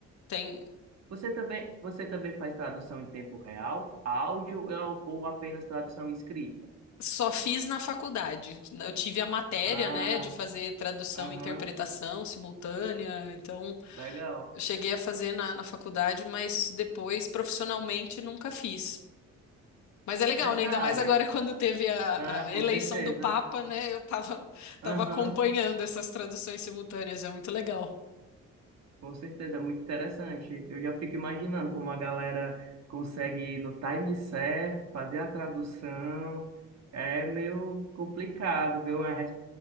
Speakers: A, on the left; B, on the right.
A: tem
B: Você também, você também faz tradução em tempo real, áudio ou ou apenas tradução escrita?
A: Só fiz na faculdade. Eu tive a matéria,
B: Ah,
A: né, de fazer tradução
B: aham,
A: e interpretação simultânea, então
B: legal.
A: Eu cheguei a fazer na, na faculdade, mas depois, profissionalmente, nunca fiz. Mas é legal,
B: Nessa
A: né? Ainda
B: área,
A: mais agora <laughs> quando teve a,
B: ah,
A: a
B: com
A: eleição
B: certeza.
A: do Papa, né? Eu tava,
B: Aham.
A: tava acompanhando essas traduções simultâneas, é muito legal.
B: Com certeza, é muito interessante. Eu já fico imaginando como a galera consegue ir no time certo, fazer a tradução. É meio complicado, viu? É uma res-